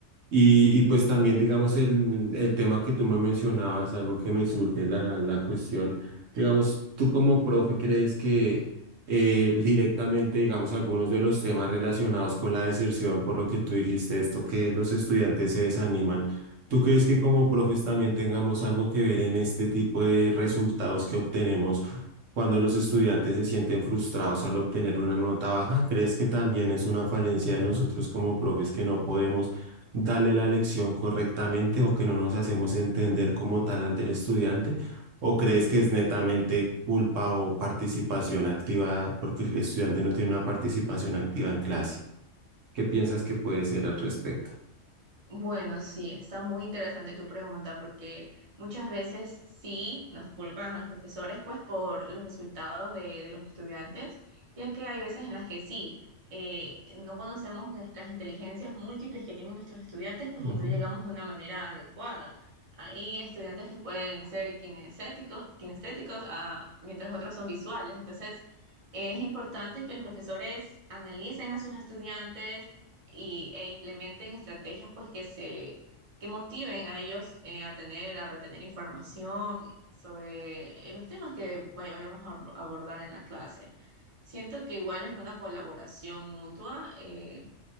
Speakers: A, on the right; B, on the right.
A: Y, y pues también, digamos, el, el tema que tú me mencionabas, algo que me surge la, la cuestión, digamos, tú como profe, ¿crees que eh, directamente, digamos, algunos de los temas relacionados con la deserción, por lo que tú dijiste esto, que los estudiantes se desaniman, ¿tú crees que como profes también tengamos algo que ver en este tipo de resultados que obtenemos cuando los estudiantes se sienten frustrados al obtener una nota baja? ¿Crees que también es una falencia de nosotros como profes que no podemos darle la lección correctamente o que no nos hacemos entender como tal ante el estudiante? ¿O crees que es netamente culpa o participación activa porque el estudiante no tiene una participación activa en clase? ¿Qué piensas que puede ser al respecto?
B: Bueno, sí, está muy interesante tu pregunta porque muchas veces sí nos culpan a los profesores pues por los resultados de, de los estudiantes, ya que hay veces en las que sí, eh, no conocemos la- las inteligencias múltiples que tienen nuestros estudiantes pues
A: Ujú,
B: y no llegamos de una manera adecuada. Hay estudiantes que pueden ser kinestéticos, kinestéticos ah, mientras otros son visuales, entonces es importante que los profesores analicen a sus estudiantes y, e implementen estrategias pues que se que motiven a ellos eh, a tener, a retener información sobre eh, los temas que vay- vayamos a ab- abordar en la clase. Siento que igual es una colaboración mutua. eh,